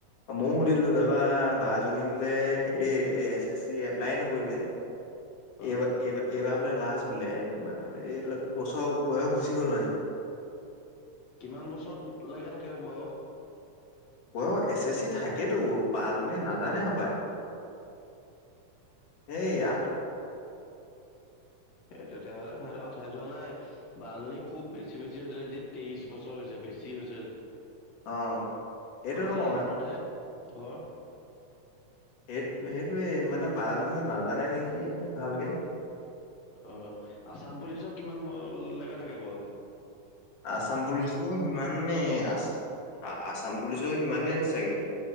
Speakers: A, on the left; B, on the left.
A: ময়ো সুধিলো
B: অ',
A: দাবা বা জনী বোলে এই এছ এছ চি এপ্লাই নকৰিলে
B: অ',
A: এইবাৰ এইবাৰ এইবাৰ বোলে লাষ্ট বোলে, এই বছৰ বয়স গুচি গ'ল মানে।
B: কিমান বছৰত লেকে থাকিব বয়স?
A: বয়স এছ এছ চি থাকেটো বা নে নাজানে হপায়, সেইয়া
B: এই তেতিয়াহলে <unintelligible> যোৱা নাই। বা জনী খুব বেছি বেছি হৈছে আজি তেইশ বছৰ হৈছে বেছি হৈছে আজি।
A: অ সেইটো
B: আমাৰ
A: নহয়
B: এইকণতহে ঘৰ।
A: এই-সেইটোয়ে মানে বাজনীয়ে নাজানে নেকি ভালকে?
B: অ', আছাম পুলিচক কিমান <unintelligible> লাগা থাকে বয়স।
A: আছাম পুলিচো সিমানে আছে। আছাম পুলিচো সিমানেই চাগে।